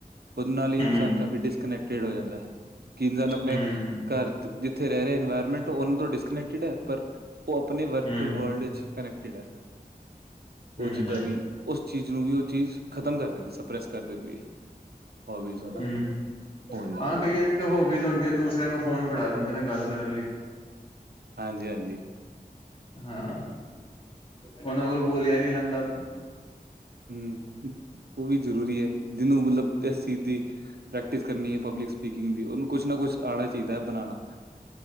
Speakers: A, on the right (about 85°); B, on the left (about 35°).
A: ਉਹਦੇ ਨਾਲ ਹੀ
B: ਹੂੰ
A: ਇਨਸਾਨ ਕਾਫ਼ੀ ਡਿਸਕਨੈਕਟਿਡ ਹੋ ਜਾਂਦਾ ਹੈ ਕਿ ਇਨਸਾਨ ਆਪਣੇ,
B: ਹੂੰ
A: ਘਰ ਜਿੱਥੇ ਰਹਿ ਰਹੇ ਇਨਵਾਇਰਮੈਂਟ ਉਹਨਾਂ ਤੋਂ ਡਿਸਕਨੈਕਟਿਡ ਹੈ ਪਰ, ਉਹ ਆਪਣੇ
B: ਹੂੰ
A: ਵਰਚੁਅਲ ਵਰਲਡ ਵਿੱਚ ਕਨੈਕਟਿਡ ਹੈ। ਉਹ
B: ਹੂੰ
A: ਚੀਜ਼ਾਂ ਵੀ ਉਸ ਚੀਜ਼ ਨੂੰ ਵੀ ਉਹ ਚੀਜ਼ ਖ਼ਤਮ ਕਰ ਦਿੰਦੀ ਸਪ੍ਰੈਸ ਕਰ ਦਿੰਦੀ ਹੈ। ਹੋਬੀਜ਼ ਹੋਣਾ
B: ਹੂੰ
A: ਫੋਨ ਨਾਲ
B: ਹਾਂ ਕਈਆਂ ਦੀ ਹੋਬੀਜ਼ ਹੁੰਦੀ ਹੈ ਦੂਸਰਿਆਂ ਨੂੰ, ਫੋਨ ਫੜਾ ਦਿੰਦੇ ਨੇ ਗੱਲ ਕਰਨ ਲਈ,
A: ਹਾਂਜੀ-ਹਾਂਜੀ,
B: ਹਾਂ ਉਹਨਾਂ ਕੋਲ ਬੋਲਿਆ ਹੀ ਨਹੀਂ ਜਾਂਦਾ।
A: ਹੂੰ ਉਹ ਵੀ ਜ਼ਰੂਰੀ ਹੈ। ਜਿਹਨੂੰ ਮਤਲਬ ਇਸ ਚੀਜ਼ ਦੀ ਪ੍ਰੈਕਟਿਸ ਕਰਨੀ ਹੈ ਪਬਲਿਕ ਸਪੀਕਿੰਗ ਦੀ ਉਹਨੂੰ ਕੁਛ ਨਾ ਕੁਛ ਆਣਾ ਚਾਹੀਦਾ ਹੈ, ਬਣਾਉਣਾ।